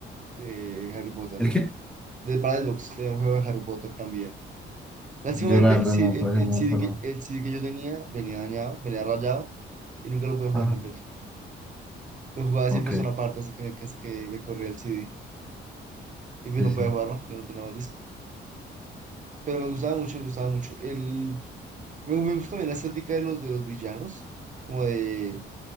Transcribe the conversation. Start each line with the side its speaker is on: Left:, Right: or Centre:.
Right: de, de Harry Potter.
Centre: ¿El qué?
Right: De, para el Xbox tenía un juego de Harry Potter también. Básicamente
Centre: Yo la
Right: el,
Centre: verdad
Right: C-
Centre: no,
Right: el,
Centre: por ejemplo,
Right: el CD
Centre: no. pero-
Right: que, el CD que yo tenía venía dañado, venía rayado y nunca lo pude jugar
Centre: Ah,
Right: completo. Lo jugaba
Centre: ok.
Right: siempre solo aparte hasta que me, cas- que me corría el CD. Y pues
Centre: Sí,
Right: no
Centre: sí,
Right: podía jugar más porque no tenía más disco. Pero me gustaba mucho, me gustaba mucho. El, me, me gusta también la estética de los, de los villanos, como de,